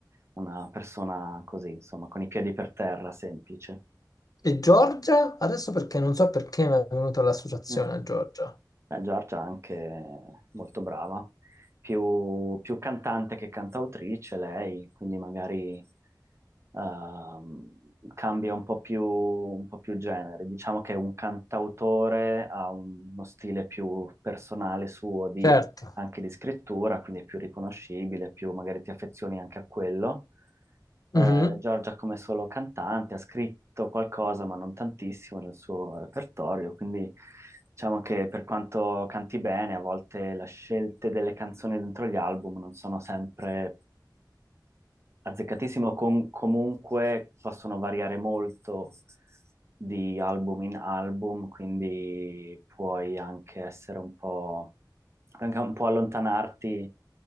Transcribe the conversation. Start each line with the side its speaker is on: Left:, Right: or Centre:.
Right: una persona così, insomma, con i piedi per terra, semplice.
Left: E Giorgia? Adesso perché non so perché mi è venuta l'associazione
Right: Mm.
Left: a Giorgia.
Right: Eh, Giorgia è anche molto brava, più, più cantante che cantautrice lei, quindi magari ehm, cambia un po' più, un po' più genere. Diciamo che un cantautore ha un- uno stile più personale suo
Left: Certo.
Right: anche di scrittura, quindi è più riconoscibile, più magari ti affezioni anche a quello. Eh,
Left: Mhm.
Right: Giorgia come solo cantante ha scritto qualcosa, ma non tantissimo nel suo repertorio, quindi diciamo che per quanto canti bene, a volte le scelte delle canzoni dentro gli album non sono sempre azzeccatissimo, con- comunque possono variare molto di album in album, quindi puoi anche essere un po', anche un po' allontanarti